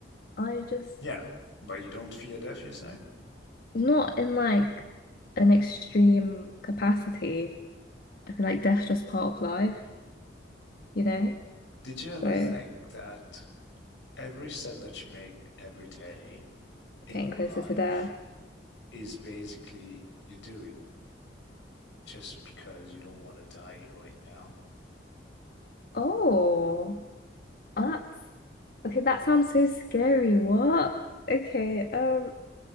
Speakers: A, on the left; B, on the left.
A: I just,
B: yeah. But you don't fear death, you say?
A: not in like an extreme capacity. I feel like death's just part of life, you know?
B: Did you ever
A: So
B: think that every step that you make every day in
A: getting
B: your
A: closer
B: life
A: to death.
B: is basically you do it just because you don't want to die right now?
A: Oh. That's Okay, that sounds so scary. What? Okay, um,